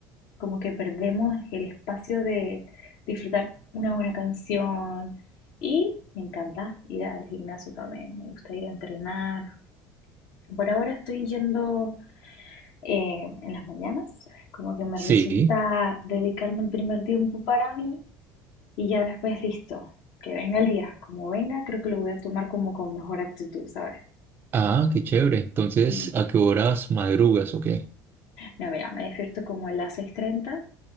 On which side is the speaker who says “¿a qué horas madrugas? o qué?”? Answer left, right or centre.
Right